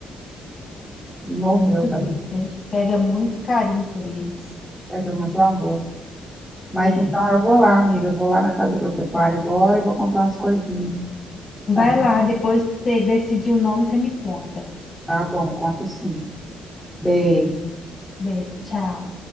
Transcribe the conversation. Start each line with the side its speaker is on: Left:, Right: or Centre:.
Centre: E morreu,
Left: Ai, É muito
Centre: tá?
Left: triste. A gente pega muito carinho por eles.
Centre: perdeu muito amor. Mas
Left: É.
Centre: então eu vou lá, amiga, eu vou lá na casa do pecuário agora e vou comprar umas coisinhas.
Left: Vai
Centre: Tá,
Left: lá, depois que você decidir o nome, você me conta.
Centre: tá bom, conto sim. Beijo.
Left: Beijo, tchau.